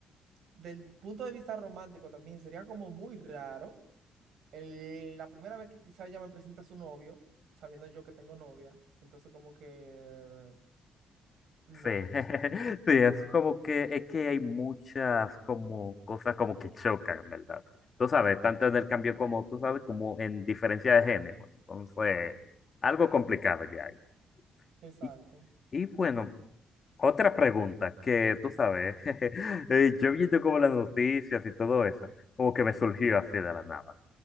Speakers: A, on the right; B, on the left.
A: del punto de vista romántico también sería como muy raro. el- la primera vez que quizá ella me presenta a su novio, sabiendo yo que tengo novia, entonces como que no.
B: Sí, <laughs> sí, es como que es que hay muchas como cosas como que chocan, ¿verdad? Tú sabes, tanto en el cambio como tú sabes, como en diferencia de género. Entonces, algo complicado ya hay.
A: Exacto.
B: Y, y bueno, otra pregunta que tú sabes, <laughs> eh, yo viendo como las noticias y todo eso, como que me surgió así de la nada.